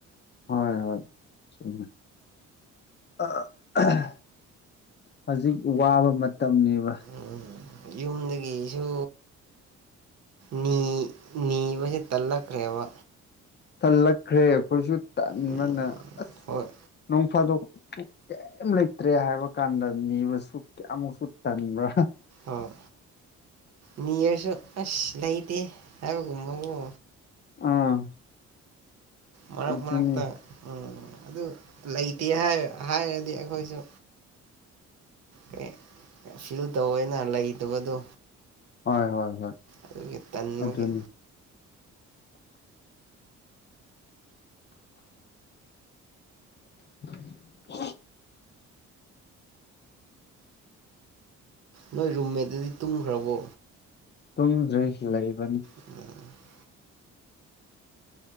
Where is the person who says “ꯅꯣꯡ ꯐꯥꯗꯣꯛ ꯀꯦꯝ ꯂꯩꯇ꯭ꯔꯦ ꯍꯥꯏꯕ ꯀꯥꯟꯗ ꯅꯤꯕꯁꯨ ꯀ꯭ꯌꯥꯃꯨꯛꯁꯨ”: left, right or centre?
Left